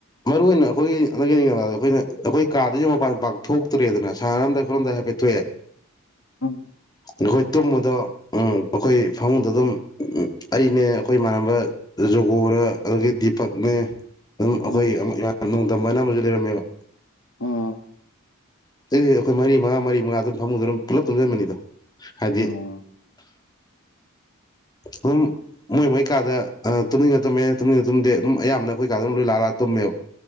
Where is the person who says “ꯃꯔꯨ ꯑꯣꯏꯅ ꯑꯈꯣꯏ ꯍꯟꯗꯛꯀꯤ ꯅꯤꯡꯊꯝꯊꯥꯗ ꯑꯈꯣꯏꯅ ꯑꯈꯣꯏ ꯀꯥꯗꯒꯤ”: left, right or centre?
Left